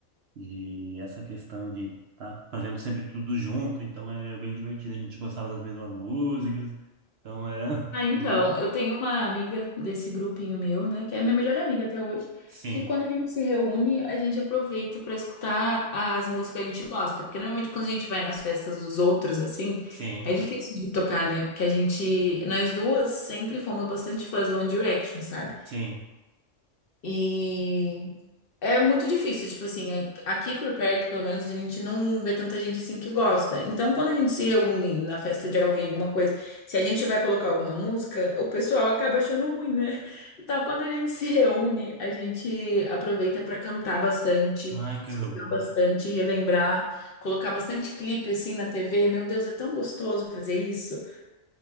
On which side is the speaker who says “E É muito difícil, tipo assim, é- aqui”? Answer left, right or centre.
Left